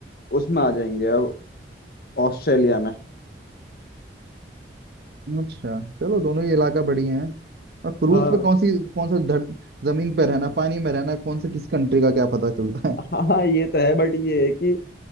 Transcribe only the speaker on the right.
अच्छा चलो दोनों ही इलाका बढ़िया है और क्रूज
पे कौन सी कौन सा धर, जमीन पे रहना पानी में रहना कौन से किस कंट्री का क्या पता चलता है